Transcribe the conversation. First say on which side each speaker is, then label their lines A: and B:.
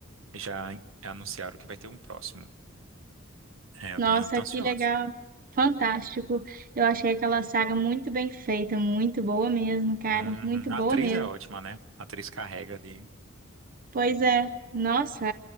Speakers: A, on the right (about 75°); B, on the right (about 45°).
A: Já an- anunciaram que vai ter um próximo. É, eu
B: Nossa,
A: tô indo tão
B: que
A: ansioso.
B: legal. Fantástico. Eu achei aquela saga muito bem feita, muito boa mesmo, cara.
A: Uhum.
B: Muito boa
A: A atriz
B: mesmo.
A: é ótima, né? A atriz carrega ali.
B: Pois é. Nossa,